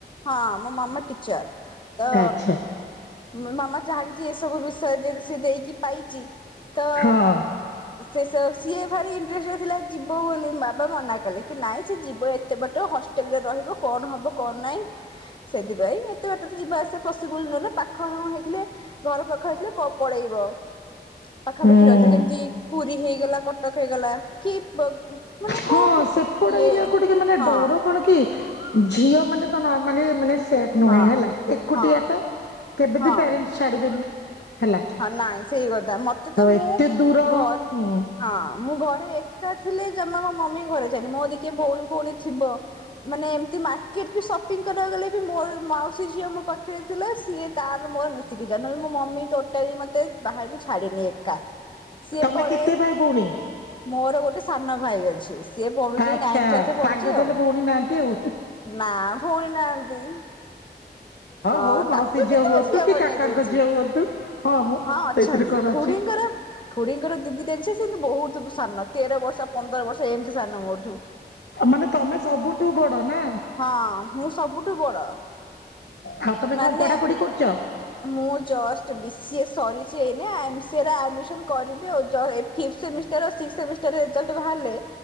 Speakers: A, on the left (about 30°); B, on the left (about 80°).
A: ହଁ ମୋ ମାମା ଟିଚର୍ ତଅ
B: ଆଚ୍ଛା
A: ମୋ ମାମା ଚାହାଁଚି ଏସବୁ ବିଷୟ ଯେହେତୁ ସେ ଦେଇକି ପାଇଚି ତ
B: ହଁ।
A: ସେ ସ ସିଏ ଭାରି ଇନ୍ଟ୍ରେଷ୍ଟେଡ୍ ଥିଲା ଯିବ ବୋଲି ବାବା ମନା କଲେ କି ନାଇଁ ସି ଯିବ ଏ ତେ ବାଟ ହଷ୍ଟେଲ୍ ରେ ରହିବ କଣ ହବ କଣ ନାଇଁ ସେଥିପାଇଁ। ଏତେ ବାଟ ତ ଯିବା ଆସିବା ପସିବୁଲ୍ ନୁହ ନା ପାଖ ହଁ ହେଇଥିଲେ ଘର ପାଖ ହେଇଥିଲେ ପ ପଳେଇବ। ପାଖାପାଖି
B: ହୁଁ
A: ରହିଥିଲେ ଯେମ୍ ତି ପୁରୀ ହେଇଗଲା କଟକ୍ ହେଇଗଲା। କି ବ ମାନେ
B: ହଁ
A: କୋଉ
B: ସେପଟ
A: ଇଏ।
B: ଏରିଆକୁ ଟିକେ ମାନେ
A: ହଁ
B: ଡର କଣ କି ଝିଅ ମାନେ ତ ନର୍ମାଲି ମାନେ ସେଫ୍ ନୁହେଁ
A: ହଁ
B: ହେଲା ଏକୁଟିଆ
A: ହଁ
B: ତ କେବେ
A: ହଁ
B: ବି ପ୍ୟାରେଣ୍ଟସ୍ ଛାଡିବେନି। ହେଲା
A: ହଁ ନାଇଁ ସେଇ କଥା ମତେ ତ ମୁଁ
B: ଏତେ ଦୂର
A: ଘରେ
B: ହୁଁ
A: ହଁ ମୁଁ ଘରେ ଏକା ଥିଲେ ଜମା ମୋ ମମି ଘରେ ଛାଏନି ମୋର ଜଦି କିଏ ଭୋଉଣୀ ଫୋଉଣୀ ଥିବ। ମାନେ ଏମତି ମାର୍କେଟ ବି ସପିଂ କରିବାକୁ ଗଲେ ବି ମୋର ମା ଏହି ଝିଅ ମୋ ପାଖରେ ଥିଲା ସିଏ ତାର ମୋର ମିଶିକି ଯାଉ ନହେଲେ ମୋ ମମି ଟୋ ଟାଲି ମତେ ବାହାରକୁ ଛାଡିନି ଏକା ସିଏ
B: ତମେ
A: ପଳାଏ
B: କେତେ ଭାଇ ଭଉଣୀ?
A: ମୋର ଗୋଟେ ସାନ ଭାଇ ଅଛି ସିଏ ପଢୁଛି
B: ଆଚ୍ଛା
A: ନାଇଥ୍ କ୍ଲାସ୍ ‌ରେ ପଢୁଚି
B: ସାଙ୍ଗ ତାହେଲେ
A: ଆଉ।
B: ଭଉଣୀ ନାହାନ୍ତି ଆଉ।
A: ନା ଭଉଣୀ ନାହାନ୍ତି। ହଁ
B: ହଉ ମାଉସୀ
A: ତାକୁ କିନ୍ତୁ
B: ହୁଅନ୍ତୁ
A: ମୋ ଝିଅ
B: କି
A: ବନେଇ
B: କାକାଙ୍କ
A: ଦୋଉଛି।
B: ଝିଅ ହୁଅନ୍ତୁ ମ
A: ହଁ ଅଛନ୍ତି
B: ସେଇଥିରେ କଣ
A: ଖୁୁଡି
B: ଅଛି।
A: ଙ୍କର ଖୁଡ଼ିଙ୍କର ଦି ଦିଟା ଝିଅ ସେ ଏନ୍ତୁ ବୋହୁତ ସାନ ତେର ବର୍ଷ ପନ୍ଦର ବର୍ଷ ଏମିତି ସାନ ମୋଠୁ।
B: ମାନେ ତମେ ସବୁଠୁ ବଡ ନା?
A: ହଁ ମୁଁ ସବୁଠୁ ବଡ
B: ଆଉ ତମେ
A: ମାନେ
B: କଣ ପଢାପଢି କରୁଛ?
A: ମୁଁ ଜଷ୍ଟ ବି ସିଏ ସରିଛି ଏଇ ନା ଏମ ସି ଏ ରେ ଆଡମିସନ କରିବ <unintelligible> ଫି ସେମିଷ୍ଟର ସି ସେମିଷ୍ଟର ରିଜଲ୍ଟ ବାହାରିଲେ